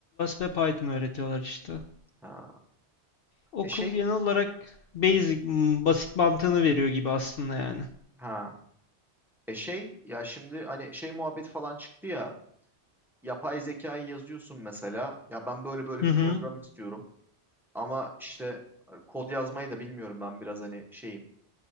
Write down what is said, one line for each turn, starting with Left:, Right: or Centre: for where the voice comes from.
Left: ve Python öğretiyorlar işte.
Centre: Ha.
Left: Okul
Centre: E şey
Left: genel olarak basic, m, basit mantığını veriyor gibi aslında yani.
Centre: ha. E şey ya şimdi hani şey muhabbeti falan çıktı ya yapay zekayı yazıyorsun mesela ya ben böyle böyle
Left: Hı
Centre: bir
Left: hı.
Centre: program istiyorum ama işte e, kod yazmayı da bilmiyorum ben biraz hani şeyim